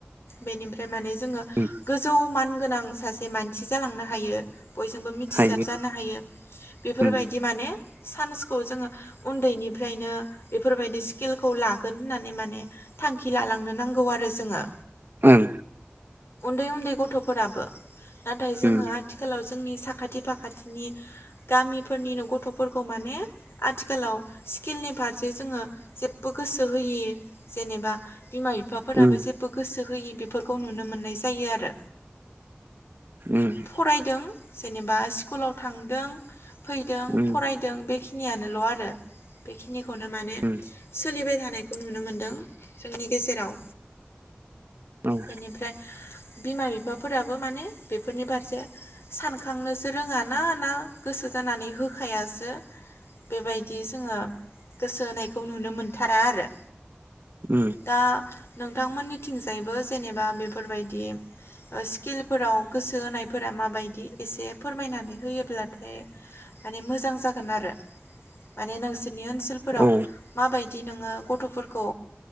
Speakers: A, on the left; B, on the right.
A: बेनिफ्राय माने जोङो
B: उम
A: औ मान गोनां सासे मानसि जालांनो हायो बयजोंबो मिथिसार
B: हायो
A: जानो हायो बेफोरबायदि
B: उम
A: माने सान्सखौ जोङो उनदैनिफ्रायनो बेफोरबायदि स्किलखौ लागोन होननानै माने थांखि लालांनो नांगौ आरो जोङो
B: ओं
A: दै उनदै गथ'फोराबो नाथाय जोङो
B: उम
A: आथिखालाव जे जोंनि साखाथि फाखाथिनि गामिफोरनिनो गथ'फोरखौ माने आथिखालाव स्किलनि फारसे जोङो जेबबो गोसो होयि जेनेबा बिमा बिफाफोराबो
B: उम
A: जेबो गोसो होयि बेफोरखौ नुनो मोननाय यो आरो
B: उम
A: फरायदों जेनेबा स्कुलाव थांदों फैदों
B: उम
A: फरायदों बेखि नियानोल' आरो बेखिनिखौनो माने
B: उम
A: सोलिबाय था थानायखौ नुनो मोनदों जोंनि गेजेराव
B: औ उम औ
A: बेनिफ्राय बिमा बिफाफोराबो माने बेफोरनि फारसे सानखांनोसो रोङाना ना गोसो जानानै होखायासो बेबायदि जोङो गोसो होनायखौ नुनो मोनथारा आरो
B: उम
A: दा नोंथांमोननिथिंजायबो जेनेबा बेफोरबायदि ओ स्किलफोराव गोसो होनायफोरा माबायदि एसे फोरमायनानै होयोब्लाथाय माने मोजां जागोन आरो माने नोंसि नि ओनसोलफोराव
B: ओ
A: माबायदि नोङो गथ'फोर खौ